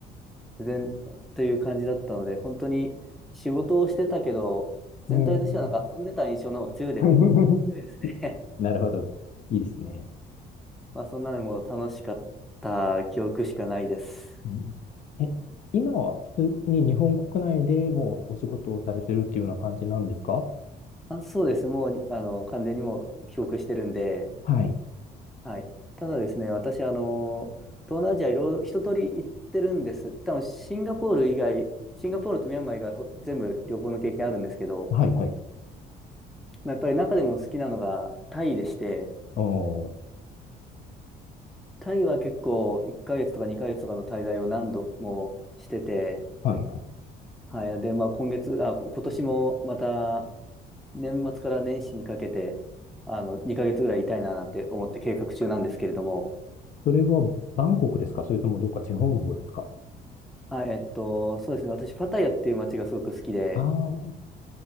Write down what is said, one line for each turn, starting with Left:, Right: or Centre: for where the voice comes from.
Centre: で全、という感じだったので、本当に仕事をしてたけど、全体としてはなんか遊んでた印象の方が強いで、
Left: うん。<laughs>
Centre: 強いですね。
Left: なるほど。いいですね。
Centre: <laughs> まあ、そんなのもう楽しかった記憶しかないです。
Left: うんえ、今は普通に日本国内でもうお仕事をされてるっていうような感じなんですか
Centre: あ、そうです。もう、あの、完全にもう記憶してるんで、
Left: はい。
Centre: はい。ただですね、私、あの、東南アジアいろいろ一通り行ってるんです。多分シンガポール以外、シンガポールとミャンマー以外、ほ全部旅行の経験あるんですけど、
Left: はい、はい。
Centre: まあ、やっぱり中でも好きなのがタイでして、
Left: おー、
Centre: タイは結構1ヶ月とか2ヶ月とかの滞在を何度もしてて、
Left: はい、はい。
Centre: はい。で、まあ今月、あ、今年もまた年末から年始にかけて、あの、2ヶ月ぐらいいたいななんて思って計画中なんですけれども、
Left: それはバンコクですかそれともどっか地方の方ですか
Centre: あ、えっと、そうですね。私、パタヤっていう街がすごく好きで、
Left: ああ、